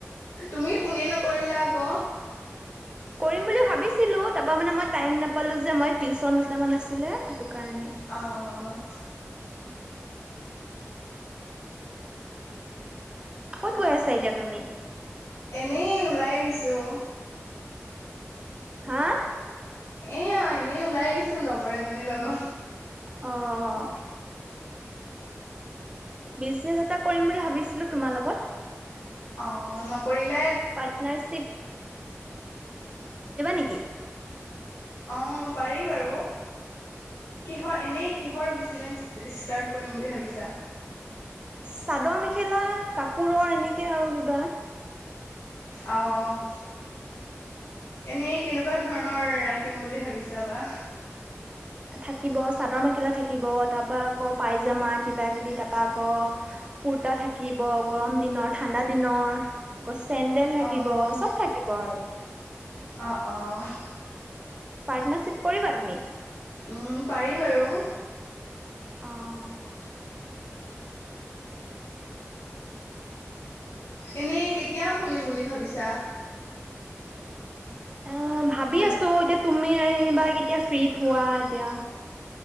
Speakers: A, on the left (about 65°); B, on the right (about 20°).
A: তুমি ফোনে নকৰিলা আকৌ
B: কৰিম বুলি ভাবিছিলোঁ তাৰপৰা মানে মই টাইম নাপালোঁ যে মই টিউশচন দুটামান আছিলে সেইটো কাৰণে
A: অহ।
B: ক'ত গৈ আছা এতিয়া তুমি?
A: এনেই ওলাই আহিছোঁ।
B: হা।
A: এ অ', এনেই ওলাই আহিছো লগৰ এজনীৰ লগত।
B: অ'। বিজনেচ এটা কৰিম বুলি ভাবিছিলো তোমাৰ লগত।
A: অ', নকৰিলে
B: পাৰ্টনাৰশিপ। নেকি
A: অ', পাৰি বাৰু। কিহৰ এনেই কিহৰ বিজনেচ ষ্টাৰ্ট কৰিম বুলি ভাবিছা।
B: চাদৰ মেখেলা কাপোৰৰ এনেকে আৰু কিবা
A: অ'। এনেই কেনেকুৱা ধৰণৰ ৰাখিম বুলি ভাবিছা বা।
B: থাকিব চাদৰ মেখেলা থাকিব তাৰ পৰা আকৌ পাইজামা কিবা কিবি তাৰপা আকৌ কুুৰ্তা থাকিব গৰম দিনৰ ঠাণ্ডা দিনৰ আকৌ চেণ্ডেল থাকিব
A: অ'
B: চব থাকিব আৰু।
A: অ', অ'।
B: পাৰ্টনাৰশ্বিপ কৰিবা তুমি?
A: উম, পাৰি বাৰু।
B: অ'। <inaudible>
A: এনেই কেতিয়াও খুলিম বুলি ভাবিছা।
B: অ' ভাবি
A: হেল্ল'
B: আছো এতিয়া তুমি বা কেতিয়া ফ্ৰীত হোৱা এতিয়া।